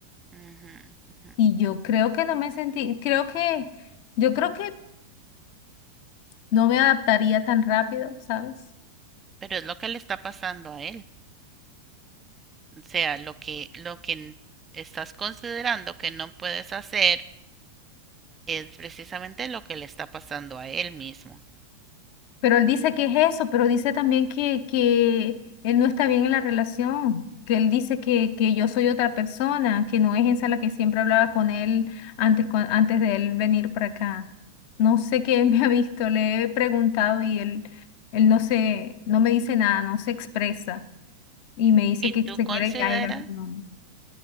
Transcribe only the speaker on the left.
Y yo creo que no me sentí, creo que, yo creo que no me adaptaría tan rápido, ¿sabes?
Pero él dice que es eso, pero dice también que, que él no está bien en la relación, que él dice que, que yo soy otra persona, que no es esa la que siempre hablaba con él antes, con- antes de él venir para acá. No sé qué <laughs> él me ha visto, le he preguntado y él, él no se, no me dice nada, no se expresa. Y me dice
que
se
quiere ya ir a Colombia.